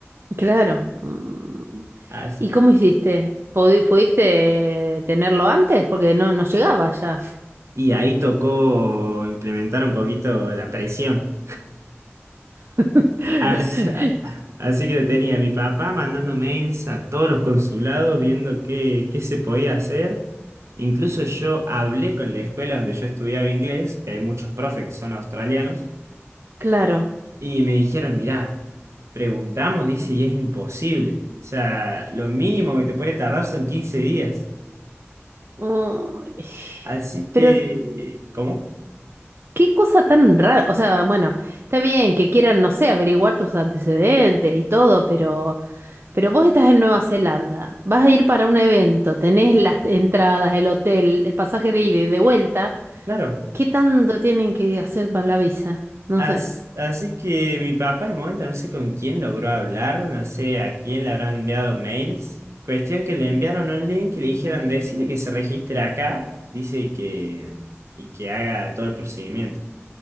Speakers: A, on the right; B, on the right.
A: Claro. Mm.
B: <laughs> As-
A: ¿Y cómo hiciste? ¿Pudi- ¿Pudiste tenerlo antes? Porque no, no llegaba ya.
B: Y ahí tocó implementar un poquito la presión.
A: <laughs>
B: Así, <laughs> así que lo tenía mi papá mandando mails a todos los consulados viendo qué, qué se podía hacer. Incluso yo hablé con la escuela donde yo estudiaba inglés, que hay muchos profes que son australianos,
A: Claro.
B: y me dijeron, mirá, preguntamos, dice, y es imposible. O sea, lo mínimo que te puede tardar son 15 días.
A: Uy.
B: Así que,
A: Pero
B: ¿cómo?
A: qué cosa tan rara. O sea, bueno, está bien que quieran, no sé, averiguar tus antecedentes y todo, pero, pero vos estás en Nueva Zelanda, vas a ir para un evento, tenés las entradas, el hotel, el pasaje de ida y de vuelta.
B: Claro,
A: ¿Qué tanto tienen que hacer para la visa? No
B: As-
A: sé.
B: Así que mi papá en un momento no sé con quién logró hablar, no sé a quién le habrán enviado mails. Cuestión que le enviaron un link y le dijeron decirle que se registre acá, dice y que, y que haga todo el procedimiento.